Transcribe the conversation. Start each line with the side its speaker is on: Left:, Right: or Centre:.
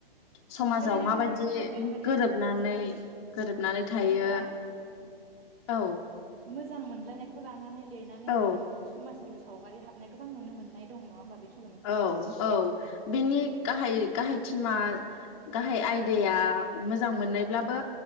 Left: समाजाव
Right: ओरैनोथ'
Left: माबायदि
Right: बे सल'मायाव माने
Left: गोरोबनानै
Right: औ गोजोनै
Left: गोरोबनानै
Right: औ
Left: थायो
Right: जेनेबा
Left: औ।
Right: मोजां मोनलायनायखौ लानानै। देरनानै
Left: औ
Right: ओरैनो माखासे समाजनिबो सावगारि हाबा। नायखौ गोबां नुनो मोननाय दं नङा होनोमबा
Left: औ औ बिनि गाहाय गाहाय टिमा गाहाय आयदाया मोजां मोननायब्लाबो